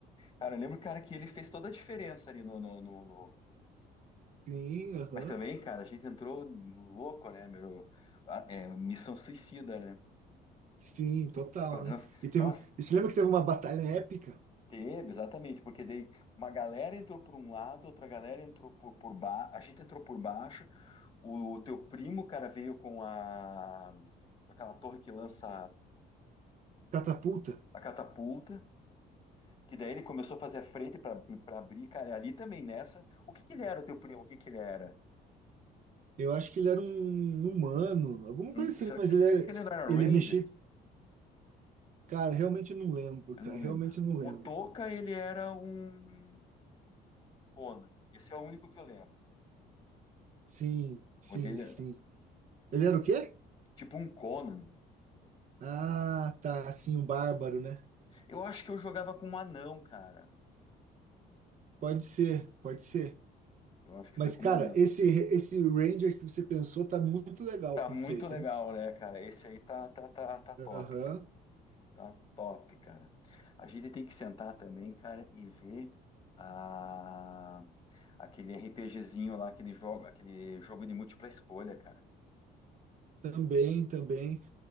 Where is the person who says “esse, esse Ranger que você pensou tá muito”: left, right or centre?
Right